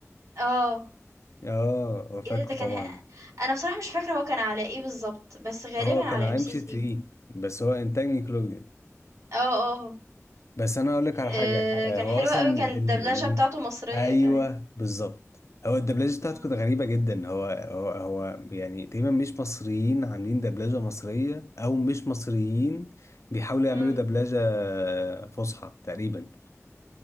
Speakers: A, on the right (about 70°); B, on the left (about 60°).
A: آه.
B: آه فاكره
A: إيه ده، ده كان
B: طبعا
A: ح أنا بصراحة مش فاكرة هو كان على إيه بالضبط، بس غالبًا
B: هو
A: على
B: كان على
A: MC3.
B: ام سي 3 بس هو إنتاج نيكلوديان
A: آه، آه. آه.
B: بس أنا أقولك على حاجة
A: آه،
B: آه،
A: كان
B: هو
A: حلو
B: أصلا
A: قوي كان الدبلجة
B: ال... ين-
A: بتاعته مصرية
B: أيوه
A: كمان
B: بالظبط هو الدبلجة بتاعته
A: مم.
B: كانت غريبة جدا هو هو هو يعني تقريبا مش مصريين عاملين دبلجة مصرية أو مش مصريين بيحاولوا يعملوا
A: مم.
B: دبلجة آه، فصحى تقريبا